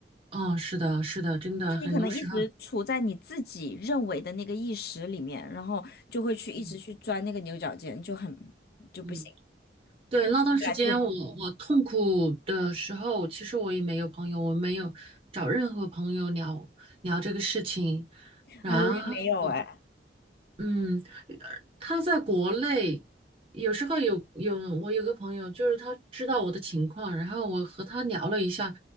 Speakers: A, on the right (about 30°); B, on the left (about 55°).
A: 哦，是的，是的，真的，
B: 就是你可能一直处在你自己认为的那个意识里面，
A: 很多时候，
B: 然后就会去一直去钻那个牛角尖，
A: 嗯
B: 就很就不行，
A: 嗯。对，那段时间我我痛苦的时候，
B: 越来越难
A: 其实我也没有朋友，我没有找任何朋友聊聊这个事情。然
B: 啊！我也没有哎。
A: 后，嗯，呃他在国内，有时候有有我有个朋友，就是他知道我的情况，然后我和他聊了一下，